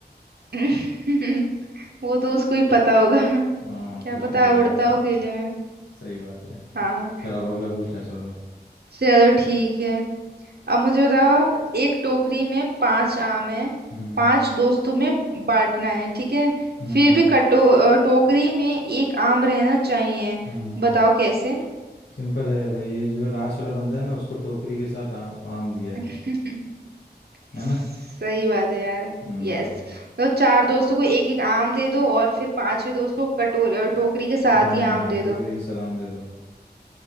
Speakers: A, on the right (about 65°); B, on the left (about 75°).
A: <laughs> वो तो उसको ही पता होगा
B: हाँ
A: क्या
B: पूछना
A: पता
B: पड़ेगा
A: उड़ता
B: उसे
A: हो खेले में
B: सही बात है
A: हाँ
B: चल अब अगला पूछ ले ऐसा तो
A: चलो ठीक है अब मुझे बताओ आप एक टोकरी में पांच आम है
B: हम्म
A: पांच दोस्तों में बांटना है ठीक है
B: हम्म
A: फिर भी कटो अ, टोकरी में एक आम रहना चाहिए
B: हम्म
A: बताओ कैसे
B: सिंपल है भाई ये जो लास्ट वाला बंदा है ना उसको टोकरी के साथ आ, आम दिया
A: <laughs>
B: है है ना
A: सही बात है यार
B: हम्म
A: यस मतलब चार दोस्तों को एक एक आम दे दो और फिर पांचवे दोस्त को कटोर अ, टोकरी के साथ
B: हाँ
A: ही आम दे
B: टोकरी
A: दो
B: के साथ आम दे दो